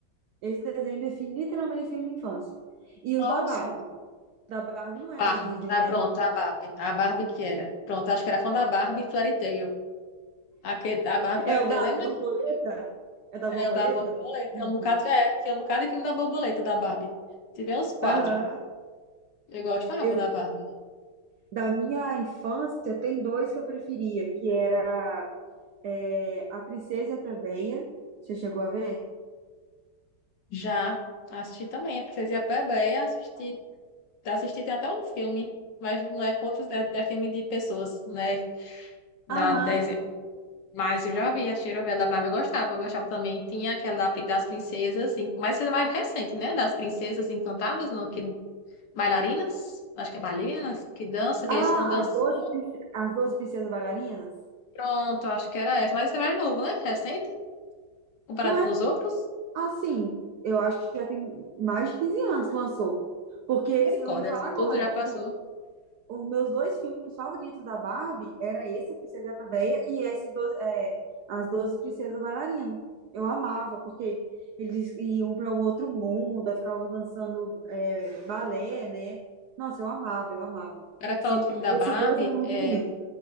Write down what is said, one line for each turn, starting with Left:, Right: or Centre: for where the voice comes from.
Right: Esse desenho define, literalmente define a minha infância. E
Left: Nossa.
Right: os da Barbie. Da Barbie não é
Left: Barbie.
Right: da Disney,
Left: Ah,
Right: né?
Left: pronto, a Barbie. A Barbie que era. Pronto, acho que era fã da Barbie Fairy Tail. Aquele, a Barbie Fairy
Right: É o
Left: Tail.
Right: da
Left: Lembra
Right: borboleta?
Left: que tinha
Right: É da borboleta?
Left: É o da borboleta.
Right: Da fadinha?
Left: Tinha um bocado, é, tinha um bocado de filme da borboleta da Barbie. Tive uns quatro.
Right: Aham.
Left: Eu gostava
Right: Eu,
Left: da Barbie.
Right: da minha infância, tem dois que eu preferia, que era é, A Princesa e a Plebeia. Você chegou a ver?
Left: Já assisti também, a Princesa e a Plebeia, assisti, assisti tem até um filme, mas não é contos, é, é filme de pessoas, né? Na
Right: Aham.
Left: 10, mas eu já vi, a Cheira da Barbie eu gostava, eu gostava também. Tinha aquela da- das princesas, em- mas essa é mais recente, né? Das princesas encantadas, não, que bailarinas, acho que é bailarinas, que dança, que
Right: Ah,
Left: eles ficam dançando.
Right: as 12 prince- as 12 princesas bailarinas?
Left: Pronto, acho que era essa, mas esse é mais novo, né? Recente. Comparado
Right: Não é
Left: com os outros,
Right: assim. Eu acho que já tem mais de 15 anos que lançou. Porque esse
Left: misericórdia,
Right: eu ia falar
Left: isso
Right: agora.
Left: tudo já
Right: Tipo,
Left: passou.
Right: os meus dois filmes favoritos da Barbie era esse, A Princesa Véia, e esse 12 é, As doze Princesas Bailarinas. Eu amava, porque eles iam para um outro mundo, ficavam dançando é, balé, né? Nossa, eu amava, eu amava.
Left: Era
Right: Esse-
Left: falando do filme da
Right: esses
Left: Barbie,
Right: dois eram meus
Left: é,
Right: favoritos.